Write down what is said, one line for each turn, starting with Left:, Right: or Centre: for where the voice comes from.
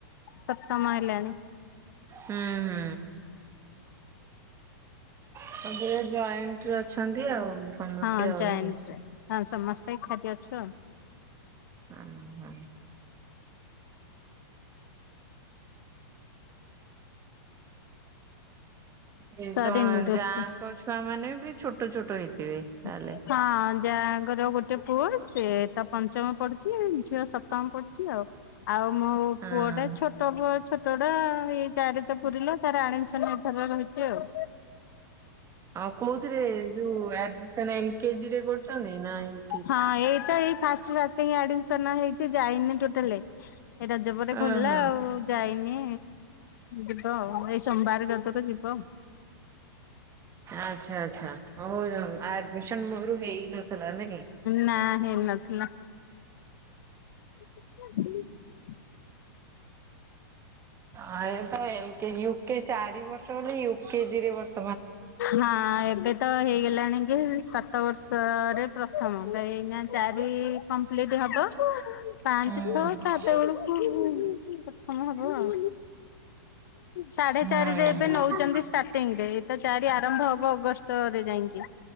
Left: ସପ୍ତମ ହେଲାଣି।
Right: ହୁଁ ହୁଁ। <unintelligible> ଜଏଣ୍ଟ ଅଛନ୍ତି ଆଉ। ସମସ୍ତେ
Left: ହଁ
Right: ଆଉ
Left: ଜଏଣ୍ଟରେ
Right: ନାଇଁ।
Left: ହଁ ସମସ୍ତେ ଏକାଠି ଅଛୁ ଆଉ।
Right: ହୁଁ ହୁଁ। ସେଇତ
Left: ସରିନି ରୋଷେଇ।
Right: ଯାଙ୍କ ଛୁଆ ମାନେ ବି ଛୋଟ ଛୋଟ ହେଇଥିବେ।
Left: <inaudible>
Right: ତାହେଲେ।
Left: ହଁ ଯା ଙ୍କର ଗୋଟେ ପୁଅ ସେଏ ତା ପଞ୍ଚମ ପଡୁଛି ଝିଅ ସପ୍ତମ ପଢୁଛି ଆଉ। ଆଉ ମୋ
Right: ହଁ
Left: ପୁଅଟା ଛୋ ଛୋଟ ପୁଅ ଛୋଟ ଟା ଏଇ ଚାରି ତ ପୁରିଲା ତାର ଆଡ଼ମିଶନ ଏହି ଥର ରହିଛି ଆଉ।
Right: ଆଉ କୋଉଥିରେ ଯୋଉ ଆଡ଼ମିସନ ଏଲ କେଜି ରେ କରୁଛନ୍ତି ନା ଏଇ
Left: ହଁ ଏଇଟା ଏଇ ଫାଷ୍ଟ ଷ୍ଟାଟିଙ୍ଗ ଆଡମିଶନ ହେଇଛି ଯାଇନି ଟୋଟାଲେ। ଏଇ ରଜ ପରେ
Right: ଓହୋ
Left: ଖୋଲିଲା ଆଉ। ଯାଇନି ଯିବ ଆଉ ଏଇ ସୋମବାରଏକାଥରେ ଯିବ।
Right: ଆଛା ଆଚ୍ଛା ହଉ ଆଡମିସନ ମୁଳରୁ ହେଇ ନ ଥିଲା ନାଇଁ।
Left: ନା ହେଇନଥିଲା। <inaudible>
Right: ଆୟ ତ ଏଲ କେଜି ୟୁ କେଜି ଚାରି ବର୍ଷ ହେଲେ ୟୁ କେଜି ରେ ବର୍ଷ
Left: ହଁ ଏବେ ତ ହେଇଗଲାଣି କି ସାତ ବର୍ଷରେ ପ୍ରଥମ ତ ଏଇନା ଚାରି କମ୍ପ୍ଲିଟ ହବ ପାଞ୍ଚ,
Right: ହୁଁ
Left: ଛଥ, ସାତ ବେଳକୁ ପ୍ରଥମ ହବ ଆଉ। ସାଢେ
Right: ହୁଁ
Left: ଚାରିରେ ଏବେ ନଉଛନ୍ତି ସୁ ଷ୍ଟାର୍ଟିଂ ରେ ଏଇ ତ ଚାରି ଆରମ୍ଭ ହବ ଅଗଷ୍ଟ ରେ ଯାଇକି।